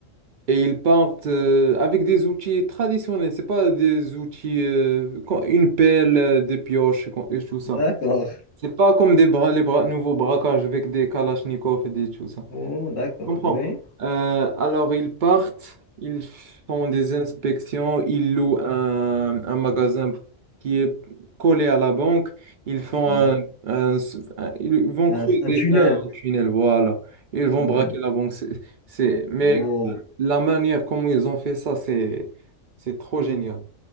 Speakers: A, on the right; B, on the left.
A: et ils partent euh, avec des outils traditionnels. C'est pas des outils, euh, quand- une pelle, euh, des pioches et, con- et tout ça.
B: D'accord.
A: C'est pas comme des bras, les bras nouveaux braquages avec des kalachnikovs et des tout ça.
B: Oh, d'accord.
A: Je comprends.
B: Eh Oui,
A: Euh, alors, ils partent, ils font des inspections, ils louent un, un magasin qui est collé à la banque, ils font
B: Oh,
A: un,
B: d'accord.
A: un- un- ils vont
B: Un,
A: creuser
B: un tunnel.
A: un tunnel, voilà. Ils vont
B: Oui.
A: braquer la banque. C'est, c'est- mais
B: Oh,
A: la manière comment ils ont fait ça, c'est, c'est trop génial.